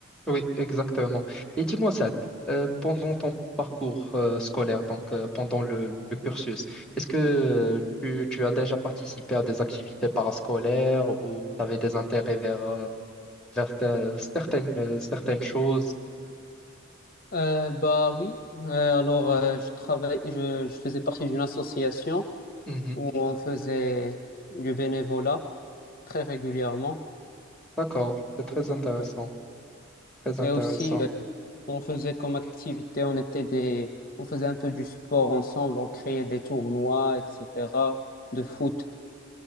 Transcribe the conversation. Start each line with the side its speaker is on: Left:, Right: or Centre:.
Centre: Oui, exactement. Et dis-moi ça, euh, pendant ton parcours euh, scolaire, donc euh, pendant le, le cursus, est-ce que euh, tu, tu as déjà participé à des activités parascolaires ou tu avais des intérêts vers, euh, certain- certaines, euh, certaines choses.
Left: Euh, bah oui, Euh, alors euh, je travaille, je, je faisais partie d'une association
Centre: Mhm.
Left: où on faisait du bénévolat très régulièrement.
Centre: D'accord, c'est très intéressant,
Left: Ouais.
Centre: très
Left: Et
Centre: intéressant.
Left: aussi, euh, on faisait comme activité, on était des, on faisait un peu du sport ensemble, on créait des tournois, etc., de foot.